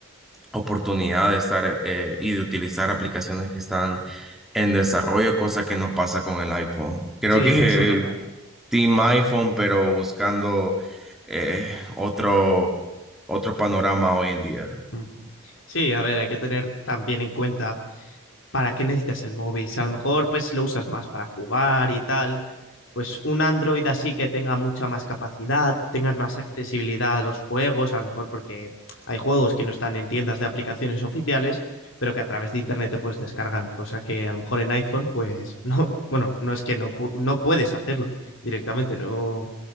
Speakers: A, in the centre; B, on the left.
A: oportunidad de estar eh, y de utilizar aplicaciones que están en desarrollo, cosa que no pasa con el iPhone. Creo
B: Sí,
A: que
B: eso es verdad.
A: Team iPhone, pero buscando eh, otro, otro panorama hoy en día.
B: Mm. Sí, a ver, hay que tener también en cuenta ¿para qué necesitas el móvil? Si a lo mejor pues lo usas más para jugar y tal, pues un Android así que tenga mucha más capacidad, tengas más accesibilidad a los juegos, a lo mejor porque hay juegos que no están en tiendas de aplicaciones oficiales, pero que a través de internet te puedes descargar, cosa que a lo mejor en iPhone pues <laughs> no, bueno, no es que no, pu- no puedes hacerlo directamente, no,